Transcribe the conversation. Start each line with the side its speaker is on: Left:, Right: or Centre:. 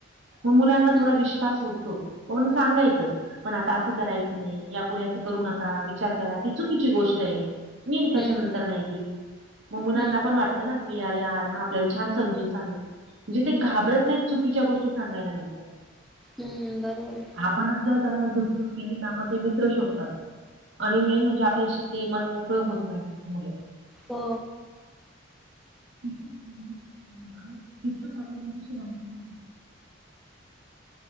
Right: मग मुलांना
Centre: हम्म
Right: थोडा विश्वास होतो. म्हणून सांगायच. पण आता अस करायच नाही. यापुढे अस करू नका. विचार करा. ती चुकीची गोष्ट आहे. मी त्याच्यानंतर
Centre: हम्म
Right: नाही गेली. मग मुलांना
Centre: हम्म
Right: पण वाटत ना कि अरे यार, हा आपल्याला छान समजून सांगितल. म्हणजे ते घाबरत नाहीत चुकीच्या गोष्टी सांगायला नंतर.
Centre: हम्म, बरोबर आहे.
Right: आपणच जर त्यांना धुस पुस केली का, मग ते मित्र शोधतात. आणि मेन म्हणजे आपल्याशी ते मन मोकळे होत नाही मुल.
Centre: हो
Right: <unintelligible>